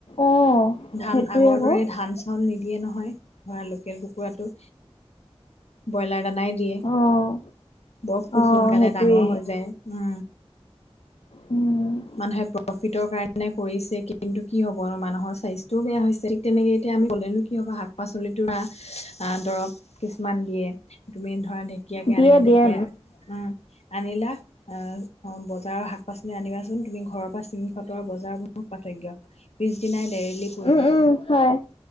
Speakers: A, on the left; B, on the left.
A: অ',
B: ধান
A: সেইটোৱে
B: আগৰ
A: আকৌ,
B: দৰে ধান চাউল নিদিয়ে নহয় ধৰা লোকেল কুকুৰাটো ব্ৰইলাৰ দানাই দিয়ে
A: অ',
B: বৰ খুব
A: অ',
B: সোনকালে
A: সেইটোৱে।
B: ডাঙৰ হৈ যায়
A: উম
B: মানুহে প্ৰফিটৰ কাৰণে কৰিছে কিন্তু কি হ'ব মানুহৰ স্বাস্থ্যও বেয়া হৈছে তেনেকে এতিয়া আমি কলেনো কি হ'ব শাক পাচলিতো ধৰা দৰৱ কিমান দিয়ে তুমি ধৰা ঢেকীয়াকে
A: দিয়ে
B: আনিলা
A: দিয়ে,
B: ঢেকীয়া উম আনিলা আহ অ বজাৰৰ শাক পাচলি আনিবাচোন তুমি ঘৰৰ পৰা চিং ফটৰ বজাৰ মোৰ পাৰ্থক্য পিছ দিনাই দেৰেলি পৰিলে
A: উম, উম, হয়,